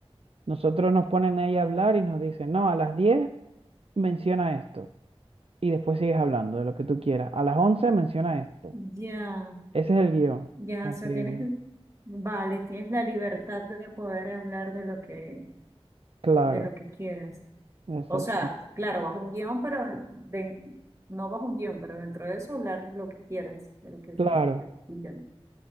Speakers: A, on the right; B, on the right.
A: Nosotros nos ponen ahí a hablar y nos dicen, no, a las 10 menciona esto. Y después sigues hablando de lo que tú quieras. A las 11 menciona esto.
B: ya.
A: Ese es el guión.
B: Ya,
A: Como
B: o sea,
A: que,
B: tienes, vale, tienes la libertad de poder hablar de lo que,
A: claro,
B: de lo que quieras.
A: exacto,
B: O sea, claro, bajo un guión, pero de- no bajo un guión, pero dentro de eso hablar lo que quieras, de lo que
A: claro,
B: te, te pidan.